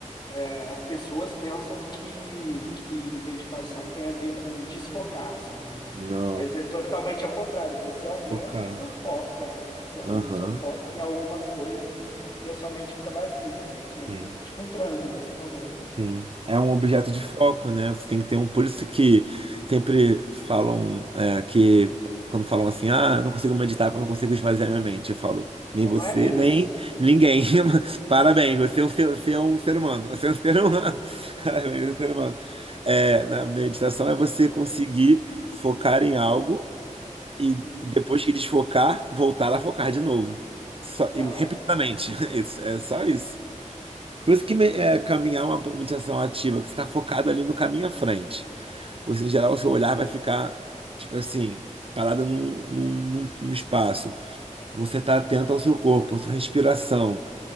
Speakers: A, on the left; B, on the right.
A: As pessoas pensam que, que meditação tem a ver com desfocar sobre isso,
B: Não,
A: mas é totalmente ao contrário. Você aumenta
B: focar.
A: o seu foco, né? Você aumenta
B: Aham.
A: o seu foco em alguma coisa e a sua mente fica vazia. Você meio que entra,
B: sim.
A: é tipo um transe, você falou, né?
B: Sim, é um objeto de foco, né? Você tem que ter um. Por isso que sempre falam é, que quando falam assim, ah, eu não consigo meditar quando eu consigo esvaziar minha mente, eu falo, nem
A: Mas
B: você,
A: não é bem
B: nem
A: isso.
B: ninguém.
A: Ninguém.
B: <laughs> Parabéns, você é um ser, você é um ser humano. Você é um ser humano. <laughs> Parabéns, você é um ser humano. É, na meditação é você conseguir focar em algo e
A: Uhum.
B: depois que desfocar, voltar a focar de novo. Só, e
A: Aham.
B: repetidamente. <laughs> Isso, é só isso. Por isso
A: Basicamente
B: que me- é,
A: isso.
B: caminhar é uma meditação ativa, que você está focado ali no caminho à frente. Ou seja, em geral, o seu olhar vai ficar, tipo assim, parado num, num, num- num espaço. Você está atento ao seu corpo, à sua respiração.